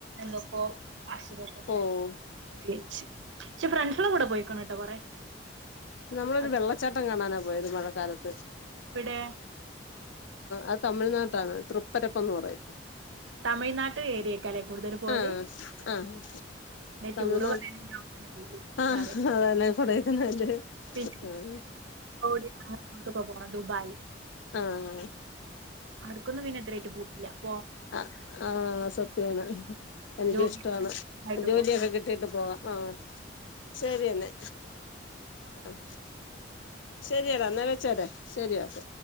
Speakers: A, on the right; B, on the left.
A: എന്തൊക്കയാ ആശീർവ
B: ഓഹ്
A: ദിച്ച് അയച്ചു പക്ഷെ ഫ്രണ്ട്സിന്റെ കൂടെ പോയിക്കണ്കേട്ടോ കൊറെ
B: നമ്മളൊരു
A: അത്
B: വെള്ളച്ചാട്ടം കാണാനാ പോയത് മഴക്കാലത്ത്
A: ഇവിടെ
B: അത് തമിഴ്നാട്ടാണ് തൃപ്പരപ്പന്ന് പറയും
A: തമിഴ്നാട്ട് ഏരിയക്കല്ലേ കൂടുതൽ പോവല്
B: ആഹ ആഹ
A: പിന്നെ
B: സമന
A: ടൂറ് പറയുന്ന
B: ആഹ
A: കാര്യം
B: അതാനെ കൊൂടതന അല് <inaudible>
A: പിന്നെ
B: ആഹ
A: <inaudible> പോണം ദുബായ്
B: ആഹ്
A: അവിടെ ക്കൊന്നും പിന്നെ ഇതുവരെക്കും പോയിട്ടില്ല
B: ആ ആഹ് <inaudible> എനിക്ക്
A: ജോലി
B: ഇഷ്ടമാണ്
A: ആയിട്ട്
B: ജോലിയൊക്കെ
A: പോവാം
B: കിട്ടീട്ട് പോവാൻ ആ ശരിയെന്നെ ആഹ ശരിയാടാ എന്നാ വെച്ചാരേ ശെരിയാക്ക